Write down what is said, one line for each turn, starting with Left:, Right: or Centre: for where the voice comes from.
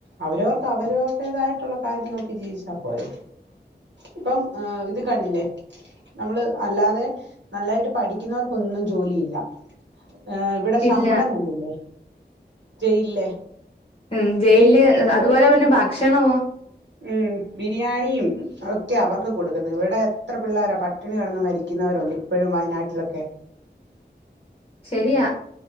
Right: അവരവർക്ക് അവരവരുടേതായിട്ടുള്ള കാര്യം നോക്കി ജീവിച്ചാ പോരെ ഇപ്പം ഏ ഇത് കണ്ടില്ലേ നമ്മള് അല്ലാതെ നല്ലായിട്ട് പഠിക്കുന്നവർക്കൊന്നും ജോലിയില്ല ഏഹ് ഇവിടെ ശമ്പളം
Left: ഇല്ല
Right: കണ്ടില്ലേ ജയിലിലെ
Left: ഉം ജയിലില്
Right: ഡെയിലി എത്ര
Left: അതുപോലെ പിന്നെ ഭക്ഷണമോ
Right: ഉം ബിരിയാണിയും ഒക്കെയാ അവർക്ക് കൊടുക്കുന്ന ഇവിടെ എത്ര പിള്ളോരാ പട്ടിണി കിടന്ന് മരിക്കുന്നവരുണ്ട് ഇപ്പോഴും വയനാട്ടിലൊക്കെ
Left: ശരിയാ